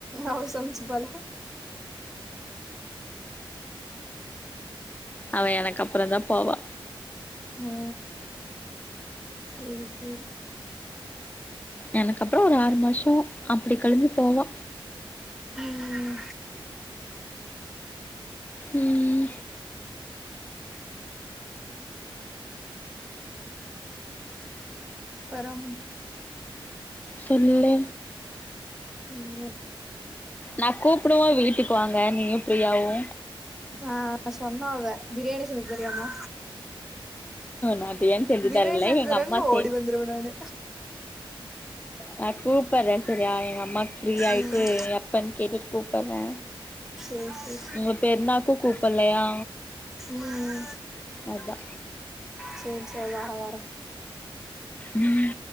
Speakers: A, in the centre; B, on the left.
A: அவ சமச்சுபாளா
B: அவ எனக்கு அப்றோதா போவா
A: மு சேரி சேரி
B: எனக் அப்றோ ஒரு ஆறு மாசோ அப்டி கெளம்பி போவா
A: உம்
B: உம்
A: பறம்
B: சொல்லு
A: இல்ல
B: நா கூப்புடும்போ வீட்டுக்கு வாங்க நீயு பிரியாவு
A: ஆ சொன்ன அவ பிரியாணி செஞ்சு தரியாமா
B: நா பிரியாணி செஞ்சு
A: பிரியாணி
B: தரல
A: செஞ்சு
B: எங்க
A: தரன்
B: அம்மா
A: ஓடி
B: செ
A: வந்துருவே நானு
B: நா கூப்பட்றே செரியா எங்க அம்மாக்கு ஃப்ரீய ஆயிட்டு
A: ம்
B: எப்பன் கேட்டுட்டு கூப்பட்றே
A: சேரி சேரி
B: உங்க பெருனாக்க கூப்பல்லையா
A: ம்
B: அதா
A: சேரி சேரி வார வார
B: ம்